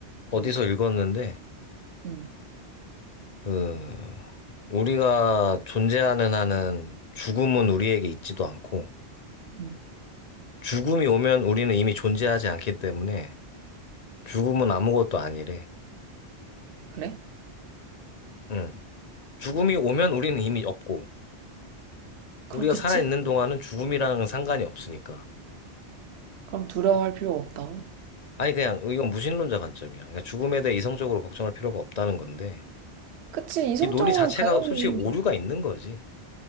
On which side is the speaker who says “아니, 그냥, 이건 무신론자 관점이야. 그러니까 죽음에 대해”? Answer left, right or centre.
Left